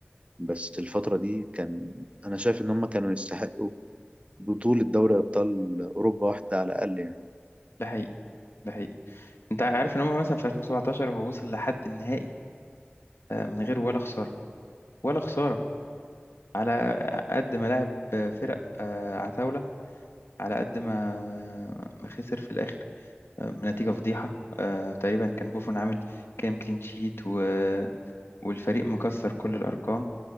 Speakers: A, on the right (about 30°); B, on the left (about 85°).
A: بس الفترة دي كان أنا شايف إن هم كانوا يستحقوا بطولة دوري أبطال أوروبا واحدة على الأقل يعني
B: ده حقيقي ده حقيقي أنت عارف إن هم مثلا في 2017 هو وصل لحد النهائي آه، من غير ولا خسارة ولا خسارة على قد ما لعب فرق آه، عتاولة على قد ما ما خسر في الآخر آه، بنتيجة فضيحة آه، تقريبا كان بوفون عامل كام كلين شيت و... والفريق مكسر كل الأرقام